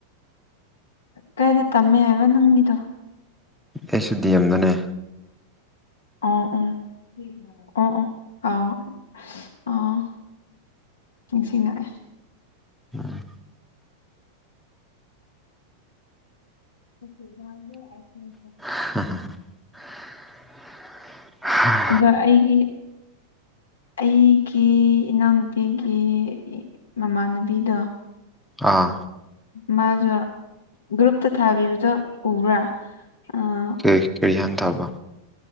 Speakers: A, on the left; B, in the centre.
A: ꯀꯥꯏꯗ ꯇꯝꯃꯦ ꯍꯥꯏꯕ ꯅꯪꯒꯤꯗꯣ
B: ꯑꯩꯁꯨ ꯗꯤ ꯑꯦꯝꯗꯅꯦ
A: ꯑꯣ ꯑꯣ ꯑꯣ ꯑꯣ ꯑꯥꯎ ꯑꯣ ꯅꯤꯡꯁꯤꯡꯂꯛꯑꯦ
B: ꯑꯥ
A: <inaudible>
B: <unintelligible>
A: ꯑꯗꯣ ꯑꯩꯒꯤ ꯑꯩꯒꯤ ꯏꯅꯥꯎꯅꯨꯄꯤꯒꯤ ꯃꯃꯥꯟꯅꯕꯤꯗꯣ
B: ꯑꯥ
A: ꯃꯥꯖꯨ ꯒ꯭ꯔꯨꯞꯇ ꯊꯥꯕꯤꯕꯗꯣ ꯎꯕ꯭ꯔꯥ ꯑꯥ
B: ꯑꯦ ꯀꯔꯤ ꯍꯥꯏꯅ ꯊꯥꯕ